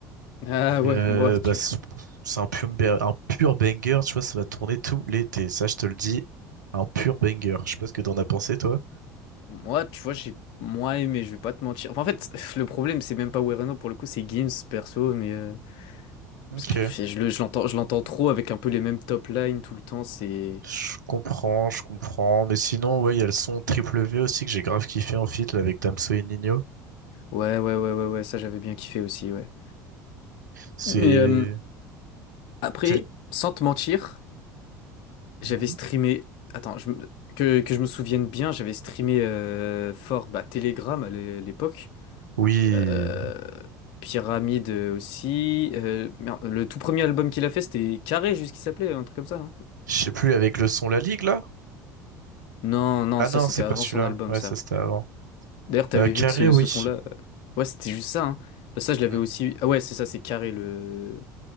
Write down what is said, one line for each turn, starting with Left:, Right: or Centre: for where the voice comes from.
Left: Ah ouais,
Right: Euh,
Left: bon,
Right: bah,
Left: tu...
Right: c'est c'est un pur, ba- un pur banger, tu vois, ça va tourner tout l'été, ça je te le dis, un pur banger. Je sais pas ce que t'en as pensé, toi.
Left: Moi, tu vois, j'ai moins aimé, je vais pas te mentir. Enfin, en fait, <laughs> le problème, c'est même pas Wereno pour le coup, c'est Gims perso, mais euh,
Right: Ok.
Left: parce que je le- je l'entends, je l'entends trop avec un peu les mêmes top lines tout le temps. C'est
Right: Je comprends, je comprends. Mais sinon, ouais, il y a le son Triple V aussi que j'ai grave kiffé en feat là, avec Damso et Nino.
Left: ouais, ouais, ouais, ouais, ouais, ça j'avais bien kiffé aussi, ouais.
Right: C'est.
Left: Mais euh, après,
Right: c'est le-
Left: sans te mentir, j'avais
Right: Mhm.
Left: streamé. Attends, je me- que, que je me souvienne bien, j'avais streamé euh, fort bah, Telegram à l'é- l'époque.
Right: Oui.
Left: Euh, Pyramide euh, aussi. Euh, merde, le tout premier album qu'il a fait, c'était Carré, juste qu'il s'appelait, un truc comme ça. hein.
Right: Je sais plus, avec le son La Ligue là?
Left: Non, non,
Right: Ah
Left: ça
Right: non,
Left: c'était
Right: c'est
Left: avant
Right: pas celui-là.
Left: son album,
Right: Ouais,
Left: ça.
Right: ça c'était avant.
Left: D'ailleurs, t'avais
Right: Euh,
Left: vu
Right: Carré,
Left: que ce,
Right: oui.
Left: ce son-là. euh, Ouais, c'était juste ça, hein. Bah, ça, je l'avais
Right: Mm.
Left: aussi. Ah ouais, c'est ça, c'est carré le.